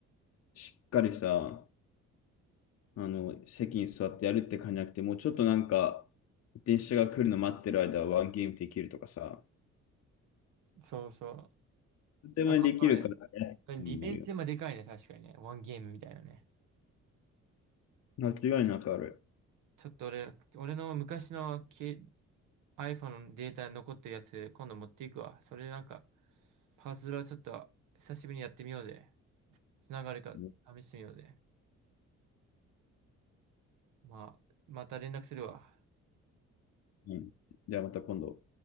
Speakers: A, on the left; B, on the right.
A: しっかりさ、あの、席に座ってやるって感じじゃなくて、もうちょっとなんか、電車が来るの待ってる間はワンゲームできるとかさ、
B: そうそう。
A: とてもできるからね、
B: やっぱそねこれ利便性もでかいね、
A: うんあるよ。
B: 確かにね。ワンゲームみたいなね。
A: 間違いなくある。
B: ちょっと俺、俺の昔のけ iPhone のデータに残ってるやつ、今度持っていくわ。それでなんか、パズルはちょっと久しぶりにやってみようぜ。つながるか試してみようぜ。
A: う
B: まあ、また連絡するわ。
A: ん。じゃあまた今度。